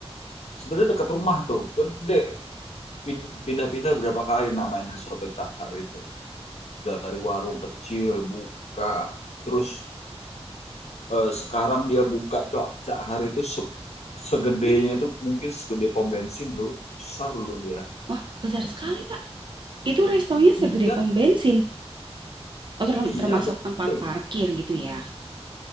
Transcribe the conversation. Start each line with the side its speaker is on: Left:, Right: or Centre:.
Left: Sebenarnya dekat rumah tuh, gede. Pin- Pindah-pindah berapa kali namanya soto Cak Har itu. Dari warung kecil buka, terus eh, sekarang dia buka Cak Cak Har itu se- segedenya itu mungkin segede pom bensin loh. Besar loh dia.
Right: Wah, besar sekali, Pak. Itu restonya
Left: Iya,
Right: segede pom bensin atau term-
Left: iya
Right: termasuk
Left: betul.
Right: tempat parkir gitu ya?